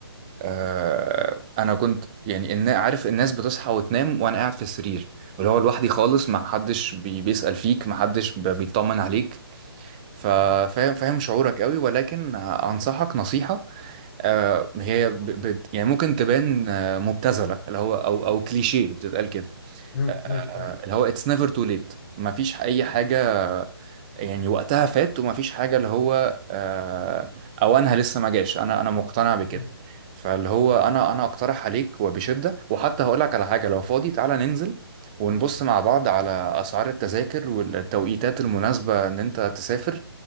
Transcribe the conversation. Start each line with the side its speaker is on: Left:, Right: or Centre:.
Right: آه انا كنت يعني إن عارف الناس بتصحى وتنام وانا قاعد في السرير واللي هو لوحدي خالص ما حدش بي- بيسأل فيك ما حدش ب- بيطمن عليك ففاهم فاهم شعورك قوي ولكن انصحك نصيحة آه، هي ب... بت... يعني ممكن تبان آه، مبتذله اللي هو او او كليشيه بتتقال كده
Left: م- م-
Right: آه،
Left: م-
Right: اللي هو اتس نيفر تو ليت مفيش اي حاجه يعني وقتها فات ومفيش حاجه اللي هو آه، اوانها لسه ما جاش انا انا مقتنع بكده
Left: م.
Right: فاللي هو انا انا اقترح عليك وبشده وحتى هقول لك على حاجه لو فاضي تعالى ننزل ونبص مع بعض على اسعار التذاكر والتوقيتات المناسبه ان انت تسافر